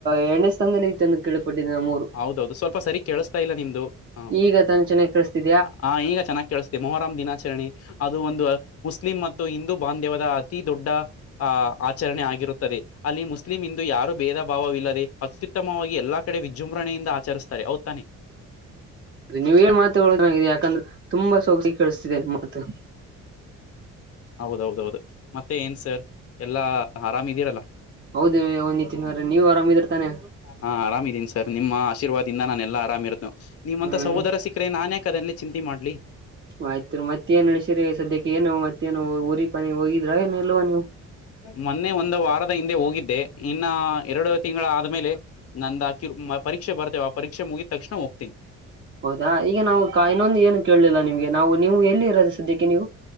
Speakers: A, on the right; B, on the left.
A: ಎರಡನೇ ಸ್ಥಾನದಲ್ಲಿ ಐಥೆ ಅಂತ ಕೇಳ್ಪಟ್ಟಿದೆ ನಮ್ಮಊರು
B: ಹೌದೌದು ಸ್ವಲ್ಪ ಸರಿ ಕೇಳಿಸತಾ ಇಲ್ಲ ನಿಮ್ದು ಹ
A: ಈಗ ತಾನೆ ಚೆನ್ನಾಗಿ ಕೆಲಸ್ತಿತು
B: ಹ ಈಗ ಚೆನ್ನಾಗಿ ಕೇಳಿಸ್ತಇದೆ ಮೊಹರಂ ದಿನಾಚರಣೆ ಅದು ಒಂದು ಮುಸ್ಲಿಂ ಮತ್ತು ಹಿಂದೂ ಬಾಂಧವ್ಯಾದ ಅತಿ ದೊಡ್ಡ ಆ ಆಚರಣೆ ಆಗಿರುತ್ತದೆ ಅಲ್ಲಿ ಮುಸ್ಲಿಂ ದು ಯಾರು ಭೇದ ಭಾವವಿಲ್ಲದೆ ಅತ್ಯುತ್ತಮವಾಗಿ ಎಲ್ಲಾ ಕಡೆ ವಿಜೃಂಭಣೆಯಿಂದ ಆಚರಿಸ್ತಾರೆ ಹೌದು ತಾನೆ
A: ನೀವೆ ಮಾತುಗಳು ನನಗೆ ಯಾಕಂದ್ರೆ ತುಂಬಾ <unintelligible> ಕೇಳಿಸ್ತಿದೆ ಮಾತು
B: ಹೌದೌದೌದು ಮತ್ತೆ ಏನ್ ಸರ್ ಎಲ್ಲಾ ಆರಾಮ್ ಇದ್ದಿರಲ್ಲ
A: ಹೌದು ಅವ ನಿತಿನ್ ಅವರೆ ನೀವ್ ಆರಾಮಿದಿರ್ತಾನೆ
B: ಹಾ ಆರಾಮ ಇದೀನಿ ಸರ್ ನಿಮ್ಮ ಆಶೀರ್ವಾದಿಂದ ನಾನೆಲ್ಲ ಆರಾಮ್ ಇರೋದು ನಿಮ್ಮಂಥ
A: ಹ್ಮ್
B: ಸಹೋದರ ಸಿಕ್ ರೆ ನಾನ್ ಯಾಕ್ ಅದಲ್ಲಿ ಚಿಂತೆ ಮಾಡ್ಲಿ
A: ಆಯ್ತು ಮತ್ ಏನ್ ನಡಿಸಿರಿ ಸದ್ಯಕ್ಕೆ ಏನು ಮತ್ತೇನು ಊರಿ ಪನ ಹೋಗಿದ್ರ ಏನ್ ಇಲ್ವ ನೀವು
B: ಮೊನ್ನೆ ಒಂದು ವಾರದ ಹಿಂದೆ ಹೋಗಿದ್ದೆ ಇನ್ನ ಎರಡು ತಿಂಗಳ ಆದ್ಮೇಲೆ ನಂದ ಆಕಿರ್ ಪರೀಕ್ಷೆ ಬರ್ತೇ ಆ ಪರೀಕ್ಷೆ ಮುಗಿದ ತಕ್ಷಣ ಹೋಗ್ತೀನಿ
A: ಹೌದಾ ಈಗ ನಾವು ಇನ್ನೊಂದು ಏನು ಕೇಳಲಿಲ್ಲ ನಿಮ್ಗೆ ನಾವು ನೀವು ಎಲ್ಲಿ ಇರೋದೆ ಸದ್ಯಕ್ಕೆ ನೀವು